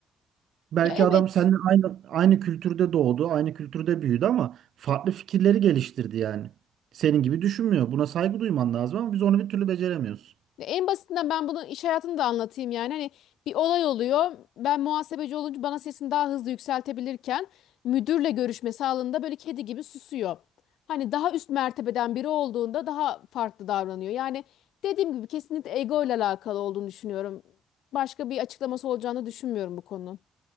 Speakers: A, on the right; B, on the left.
A: Belki
B: Ya evet.
A: adam seninle aynı aynı kültürde doğdu, aynı kültürde büyüdü ama farklı fikirleri geliştirdi yani. Senin gibi düşünmüyor. Buna saygı duyman lazım ama biz onu bir türlü beceremiyoruz.
B: En basitinden ben bunu iş hayatını da anlatayım yani. Hani bir olay oluyor. Ben muhasebeci olunca bana sesini daha hızlı yükseltebilirken müdürle görüşmesi halinde böyle kedi gibi susuyor. Hani daha üst mertebeden biri olduğunda daha farklı davranıyor. Yani dediğim gibi kesinlikle ego ile alakalı olduğunu düşünüyorum. Başka bir açıklaması olacağını düşünmüyorum bu konunun.